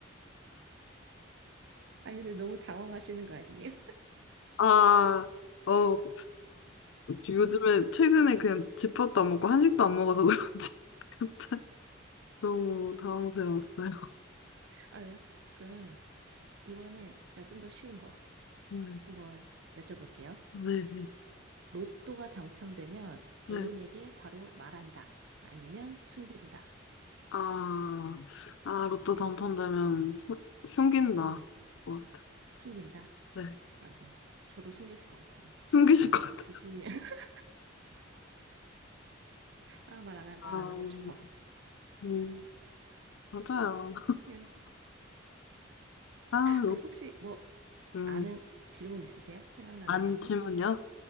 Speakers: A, on the right (about 65°); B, on the left (about 70°).
A: 아, 근데 너무 당황하시는 거 아니에요?
B: 아, 어, 요즘에
A: <laughs>
B: 최근에 그냥 집밥도 안 먹고 한식도 안 먹어서 그런지 <laughs> 갑자기 너무 당황스러웠어요.
A: 아, 그래요? 그러면 이번엔 제가 좀 더 쉬운 거
B: 네.
A: 한번 여쭤볼게요.
B: 네.
A: 로또가 당첨되면
B: 네.
A: 애인에게 바로 말한다. 아니면 숨긴다.
B: 아, 아, 로또 당첨되면 수- 숨긴다.
A: 음.
B: 어,
A: 숨긴다.
B: 네.
A: 맞아요. 저도 숨길 것 같아요.
B: 숨기실 것 같아요.
A: 굳이, <laughs> 아, 말 안, 하- 말안
B: 아,
A: 하고 싶어.
B: 음, 맞아요.
A: 네.
B: 아, 로-
A: 아니, 혹시 뭐
B: 음,
A: 아는 질문 있으세요? 생각나는
B: 아닌
A: 질문?
B: 질문이요?